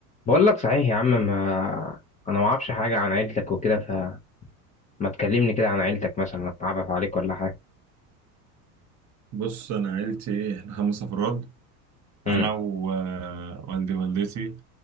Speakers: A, on the left; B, on the right.
A: بقول لك صحيح يا عم ما انا ما اعرفش حاجه عن عيلتك وكده فما تكلمني كده عن عيلتك مثلا اتعرف عليك ولا حاجه
B: بص انا عيلتي احنا خمس افراد
A: امم
B: انا ووالدي والدتي